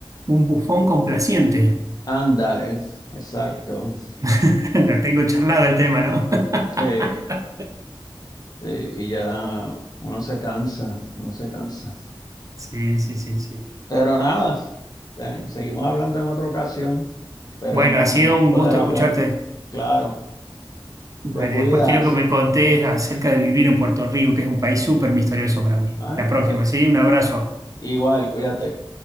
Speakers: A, on the right; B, on the left.
A: un bufón complaciente.
B: Ándale, exacto.
A: <laughs> Ya tengo charlado el tema, ¿no?
B: Sí,
A: <laughs>
B: sí, y ya uno se cansa, uno se cansa.
A: Sí, sí, sí, sí.
B: Pero nada, eh, seguimos hablando en otra ocasión. Esperemos
A: Bueno, ha sido un
B: poder
A: gusto
B: hablar.
A: escucharte.
B: Claro.
A: Bueno,
B: Te cuidas.
A: y después quiero que me contés acerca de vivir en Puerto Rico, que es un país súper misterioso para mí.
B: ¿eh?
A: La próxima,
B: Te-
A: ¿sí? Un abrazo.
B: Igual, cuídate.